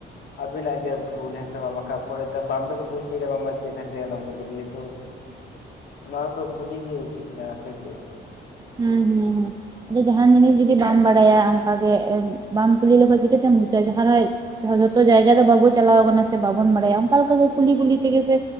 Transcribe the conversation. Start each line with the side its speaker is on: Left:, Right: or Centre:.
Left: ᱟᱵᱤᱱᱟᱜ ᱜᱮ ᱵᱷᱩᱞ ᱦᱮᱸ ᱥᱮ ᱵᱟᱝ ᱵᱟᱠᱷᱟᱡ ᱯᱚᱨᱮ ᱛᱮ ᱵᱟᱝ ᱵᱮᱱ ᱵᱩᱡᱽ ᱫᱟᱲᱮᱭᱟᱜ ᱟ ᱵᱟᱝ ᱢᱟ ᱪᱮᱫ ᱠᱷᱟᱹᱛᱤᱨ ᱮ ᱱᱚᱝᱠᱟ ᱠᱤᱫᱤᱧᱟ ᱛᱚ ᱚᱱᱟ ᱫᱚ ᱠᱩᱰᱤ ᱜᱮ ᱩᱪᱤᱛ ᱠᱟᱱᱟ ᱥᱮ ᱪᱮᱫ?
Right: ᱦᱩᱸ ᱦᱩᱸ ᱦᱩᱸ᱾ ᱟᱫᱚ ᱡᱟᱦᱟᱱ ᱡᱤᱱᱤᱥ ᱡᱩᱫᱤ ᱵᱟᱢ ᱵᱟᱲᱟᱭᱟ ᱚᱝᱠᱟ ᱜᱮ ᱵᱟᱢ ᱠᱩᱞᱤ ᱞᱮᱠᱷᱟᱡ‌ ᱪᱤᱠᱟᱹᱛᱮᱢ ᱵᱩᱡᱟ ᱡᱟᱦᱟᱸ ᱨᱮ ᱡᱟᱦᱟ ᱡᱷᱚᱛᱚ ᱡᱟᱭᱜᱟ ᱫᱚ ᱵᱟᱵᱚ ᱪᱟᱞᱟᱣ ᱠᱟᱱᱟ ᱥᱮ ᱵᱟᱵᱚᱱ ᱵᱟᱲᱟᱭᱟ ᱚᱱᱠᱟ ᱞᱮᱠᱟ ᱠᱩᱞᱤ ᱠᱩᱞᱤ ᱛᱮᱜᱮ ᱥᱮ